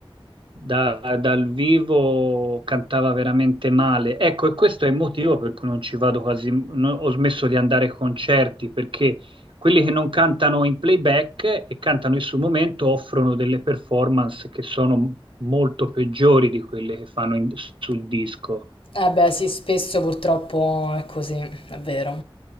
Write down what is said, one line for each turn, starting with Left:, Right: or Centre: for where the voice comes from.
Right: da- dal vivo cantava veramente male. Ecco, e questo è il motivo per cui non ci vado quasi, no- ho smesso di andare ai concerti, perché quelli che non cantano in playback e cantano in sul momento offrono delle performance che sono molto peggiori di quelle che fanno in- sul disco.
Left: Eh beh, sì, spesso purtroppo è così, è vero.